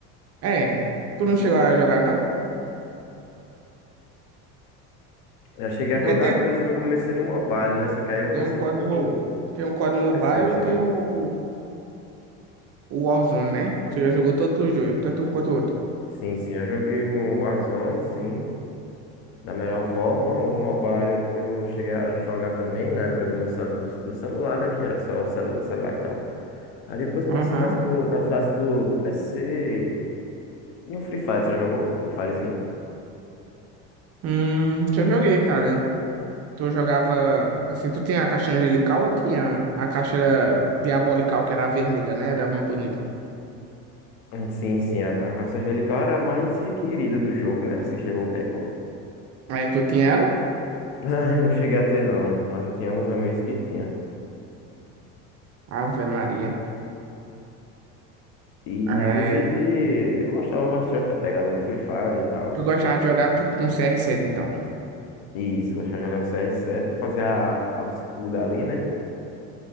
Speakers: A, on the right; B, on the left.
A: É, tu não chegou a jogar, não?
B: Já cheguei
A: Porque
B: a jogar,
A: tem
B: inclusive eu comecei no Mobile, né? Só que aí eu
A: Tem
B: passei
A: um COD,
B: por
A: mo- tem um COD Mobile
B: exceção.
A: e tem o, o Warzone, né? Você já jogou todos os dois, tanto um quanto o outro.
B: Sim, sim, já joguei o Warzone, sim. Da melhor forma, o Mobile eu, eu cheguei a jogar também na época do meu cel- do, do celular, né? Que era só celular, celular e tal. Aí depois passou
A: Aham.
B: mais pro, pra fase do, do PC. E um Free Fire, você já jogou? Free Firezinho?
A: Hum, já joguei, cara. Tu jogava, assim, tu tinha a caixa angelical, eu tinha a caixa diabolical, que era a vermelha, né? Era muito bonita.
B: Sim, sim, a, a caça angelical era a mais requerida do jogo, né? Assim, chegou um tempo.
A: Aí tu tinha ela?
B: <laughs> Não cheguei a ter, não, mas eu tinha alguns amigos que tinha.
A: Ave Maria.
B: E, inclusive,
A: É...
B: eu gostava bastante da pegada do Free Fire e tal.
A: Tu gostava de jogar que- com C r 7 então.
B: Isso, eu gostava de jogar com CR7 pra fazer a, a- o escudo ali, né?